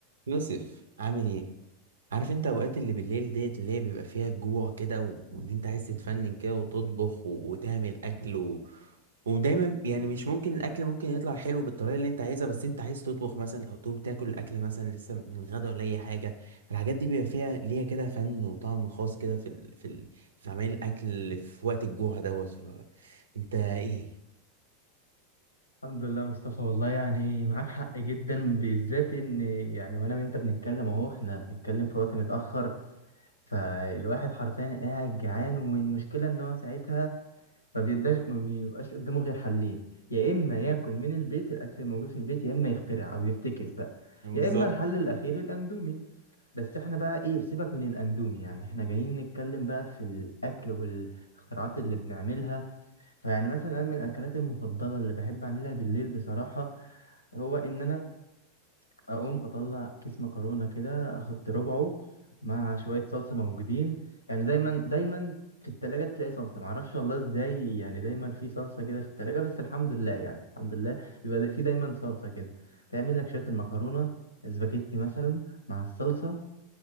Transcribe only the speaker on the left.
الحمد لله مصطفى والله يعني معاك حق جدا بالذات ان يعني وانا وانت بنتكلم اهو احنا بنتكلم في وقت متأخر فالواحد حرفيا قاعد جعان والمشكلة ان هو ساعتها ما بيداش ما بيبقاش قدامه غير حلين يا اما ياكل من البيت الاكل الموجود في البيت يا اما يخترع او يفتكس بقى
يا اما الحل الاخير الاندومي بس احنا بقى ايه سيبك من الاندومي يعني احنا جايين نتكلم بقى في الاكل والاختراعات اللي بنعملها فيعني مثلا انا من الاكلات المفضله اللي بحب اعملها بالليل بصراحه هو ان انا اقوم اطلع كيس مكرونه كده احط ربعه مع شويه صلصه موجودين يعني دايما دايما في التلاجة تلاقي صلصة معرفش والله ازاي يعني دايما في صلصة كده في التلاجة بس الحمد لله يعني الحمد لله بيبقى دا- في دايما صلصة كده تعمل لك شوية المكرونة سباكيتي مثلا مع الصلصة